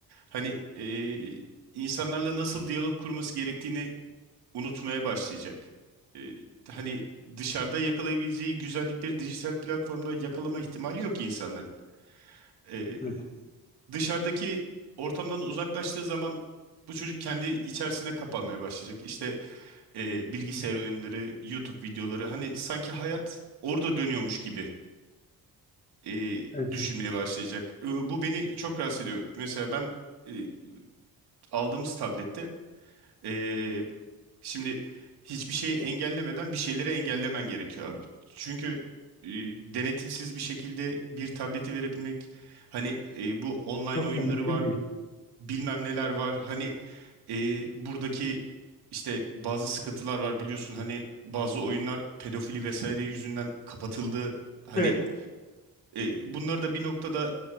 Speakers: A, on the right; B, on the left.
A: Hani ee, insanlarla nasıl diyalog kurması gerektiğini unutmaya başlayacak. Ee, hani dışarıda yakalayabileceği güzellikleri dijital platformda yakalama ihtimali yok insanların. Ee,
B: Evet,
A: dışarıdaki ortamdan uzaklaştığı zaman bu çocuk kendi içerisine kapanmaya başlayacak. İşte e, e, bilgisayar oyunları, YouTube videoları hani sanki hayat orada dönüyormuş gibi e,
B: evet.
A: düşünmeye başlayacak. E, bu beni çok rahatsız ediyor. Mesela ben e, aldığımız tablette e, şimdi hiçbir şeyi engellemeden bir şeyleri engellemen gerekiyor abi. Çünkü e, denetimsiz bir şekilde bir tableti verebilmek hani e, bu online
B: Çok
A: oyunları
B: da mümkün
A: var,
B: değil.
A: bilmem neler var. Hani e, buradaki işte bazı sıkıntılar var biliyorsun hani bazı oyunlar pedofili vesaire yüzünden kapatıldı. Hani
B: Evet.
A: e, bunları da bir noktada